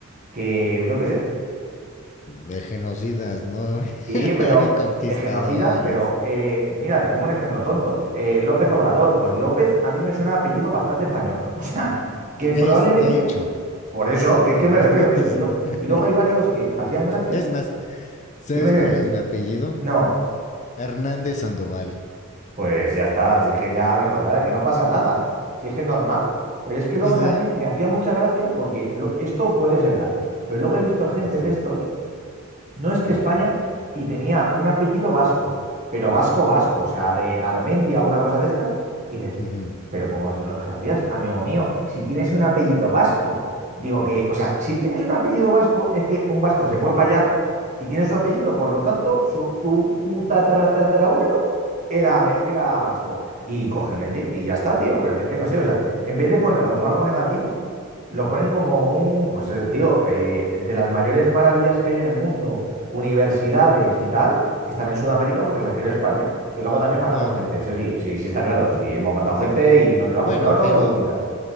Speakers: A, on the right; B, on the left.
A: que, yo qué sé,
B: De genocidas, ¿no? <laughs>
A: Sí, pero
B: Conquistadores.
A: de genocidas, pero eh, mira, te pongo un ejemplo tonto. Eh, López Obrador, pues López a mí me suena a apellido bastante español. <laughs> O sea, que probablemente,
B: Es, de hecho.
A: por eso, que es
B: <laughs>
A: que me refiero, que, y, lo- y luego hay varios que me hacían gracia.
B: Es más, ¿sabes
A: Dime, dime.
B: cuál es mi apellido?
A: No,
B: Hernández Sandoval.
A: pues ya está, si es que ya me contarás, que no pasa nada, si es que es normal. Pero es que luego
B: Sí.
A: también me hacía mucha gracia porque lo- esto puede ser tal. Pero luego he visto gente
B: Sí,
A: de estos no es que
B: claro.
A: España, y tenía un apellido vasco, pero vasco, vasco, o sea, de Garmendia o una cosa de estas, y dices,
B: Ujú,
A: pero ¿cómo vas a ser unos genocidas? Amigo mío, si tienes un apellido vasco, digo que, o sea, si tienes un apellido vasco, es que un vasco se fue para allá y tiene su apellido, por lo tanto, su, tu, tu tatara, tatarabuelo era, era vasco y cogió un indig y ya está, tío, pero que es que no sé, o sea, en vez de ponerlo como algo negativo, lo ponen como un, pues, eh, tío, eh, de las mayores maravillas que hay en el mundo universidades y tal están en Sudamérica porque las creó España. Que luego también matamos
B: Claro.
A: gente, eso sí, sí, sí está claro. Sí, hemos matado gente y nos llevamos
B: Bueno,
A: el oro,
B: pero
A: lo que tú quieras.